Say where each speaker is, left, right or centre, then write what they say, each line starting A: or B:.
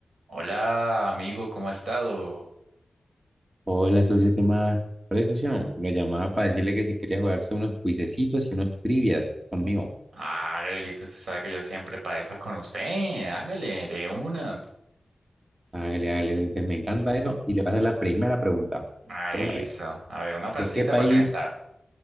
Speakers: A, on the right; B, on the right.
A: Hola, amigo, ¿cómo ha estado?
B: Hola, socio, ¿qué más? Hola, socio. Lo llamaba para decirle que si quería jugarse unos cuisecitos y unos trivias conmigo.
A: Hágale, listo, usted sabe que yo siempre padezco con usted. Hágale, de una.
B: Hágale, hágale, entonces me encanta eso. Y le voy a hacer la primera pregunta.
A: Hágale,
B: De una
A: listo.
B: vez.
A: A ver, una facilita
B: ¿De qué país?
A: para calentar.